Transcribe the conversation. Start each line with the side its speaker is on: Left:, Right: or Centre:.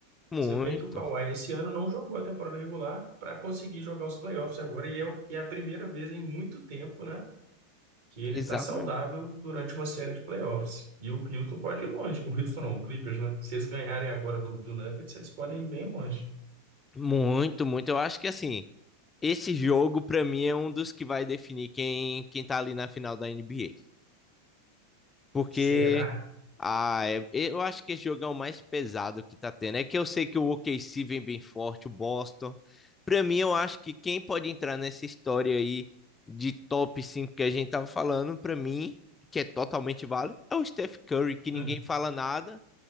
Left: Muito,
Right: Você vê que o Kawhi esse ano não jogou a temporada regular para conseguir jogar os playoffs agora, e é, o- e é a primeira vez em muito tempo, né? que ele
Left: exatamente.
Right: está saudável durante uma série de playoffs. E o Houston pode ir longe. O Houston não, o Clippers, né? Se eles ganharem agora do, do Nuggets, eles podem ir bem longe.
Left: Muito, muito. Eu acho que assim, esse jogo pra mim é um dos que vai definir quem quem tá ali na final da NBA. Porque
Right: Será?
Left: ah, é- eu acho que esse jogo é o mais pesado que tá tendo. É que eu sei que o OKC vem bem forte, o Boston. Pra mim, eu acho que quem pode entrar nessa história aí de top 5 que a gente tava falando, pra mim, que é totalmente válido, é o Steph Curry, que ninguém
Right: Hum.
Left: fala nada,